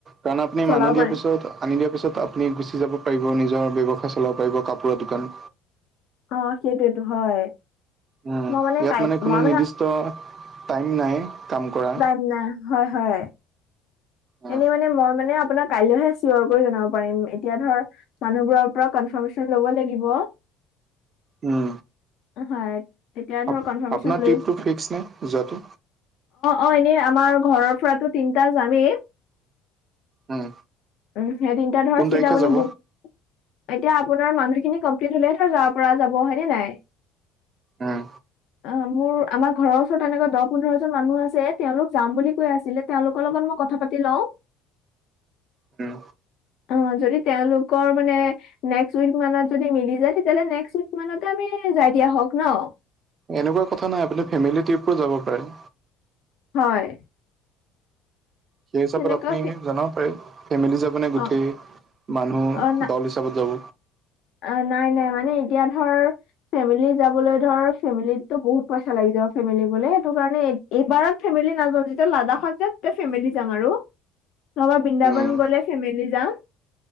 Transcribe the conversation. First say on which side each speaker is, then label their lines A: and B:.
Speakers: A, on the right; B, on the left.
A: কাৰণ আপুনি
B: চলাব
A: মানুহ
B: পাৰিম।
A: দিয়াৰ পিছত আনি দিয়াৰ পিছত আপুনি গুচি যাব পাৰিব নিজৰ ব্যৱসায় চলাব পাৰিব কাপোৰৰ দোকান।
B: অ', সেইটোয়েতো হয়।
A: উম,
B: মই
A: ইয়াত
B: কাই
A: মানে কোনো
B: মই
A: নিৰ্দিষ্ট টাইম নাই। কাম কৰা
B: টাইম নাই হয় হয়।
A: উম
B: এনেই মানে মই মানে আপোনাক কাইলৈহে চিয়ৰ কৰি জনাব পাৰিম এতিয়া ধৰ মানুহবোৰৰ পৰা কনফাৰ্মেশ্যন ল'ব লাগিব।
A: উম,
B: হয় তেতিয়া
A: আপ
B: ধৰ কনফাৰ্মেশচন
A: আপোনাৰ ট্ৰিপটো
B: লৈ অ',
A: ফিক্স নে যোৱাটো?
B: অ', এনেই আমাৰ ঘৰৰ পৰাতো তিনটা যামেই।
A: উম,।
B: উম, সেই তিনটা ধৰ
A: কোন
B: চিট
A: তাৰিখে
B: আপুনি
A: যাব?
B: বুক এতিয়া আপোনাৰ মানুহখিনি কমপ্লিট হলেহে ধৰ যাব পৰা যাব হয় নে নাই।
A: উম,
B: অ', মোৰ আমাৰ ঘৰৰ ওচৰত এনেকোৱা দহ পোন্ধৰ জন মানুহ আছে তেওঁলোক যাম বুলি কৈ আছিলে তেওঁলোকৰ লগত মই কথা পাতি তি লওঁ
A: উম,।
B: অ', যদি তেওঁলোকৰ মানে নেক্সট উইক মানত যদি মিলি যায় তেতিয়াহ'লে নেক্সট উইক মানতে আমি যাই দিয়া হওক ন'।
A: এনেকুৱা কথা নাই আপুনি ফেমিলী ট্ৰিপো যাব পাৰে।
B: হয়।
A: সেই হিচাপত
B: তেনেকুৱা
A: আপুনি
B: ফে
A: জনাব পাৰে ফেমিলি যাবনে
B: অ',
A: গোটেই মানুহ
B: অ', না
A: দল হিচাপে পে যাব।
B: অ', নাই নাই মানে এতিয়া ধৰ ফেমিলি যাবলৈ ধৰ ফেমিলিততো বহুত পইচা লাগি যাব ফেমিলি বোলে সেইটো কাৰণে এইবাৰত ফেমিলি নাযাওঁ যেতিয়া লাডাখত যাম তেতিয়া ফেমিলি যাম আৰু। নহবা বৃন্দাবন
A: উম,
B: গলে ফেমিলি যাম।